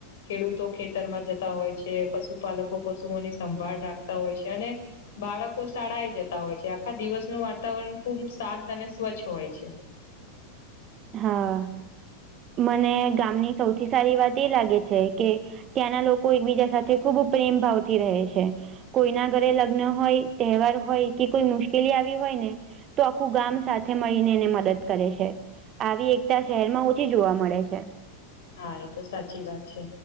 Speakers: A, on the left; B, on the right.
A: ખેડૂતો ખેતરમાં જતા હોય છે, પશુપાલકો પશુઓની સંભાળ રાખતા હોય છે અને બાળકો શાળાએ જતા હોય છે, આખા દિવસનું વાતાવરણ ખુબ શાંત અને સ્વચ્છ હોય છે.
B: હા, મને ગામની સૌથી સારી વાત એ લાગે છે કે ત્યાંના લોકો એકબીજા સાથે ખૂબ પ્રેમ ભાવથી રહે છે. કોઈના ઘરે લગ્ન હોય, તહેવાર હોય કે કોઈ મુશ્કેલી આવી હોય ને તો આખું ગામ સાથે મળીને એને મદદ કરે છે. આવી એકતા શહેરમાં ઓછી જોવા મળે છે.
A: હા, એ તો સાચી વાત છે.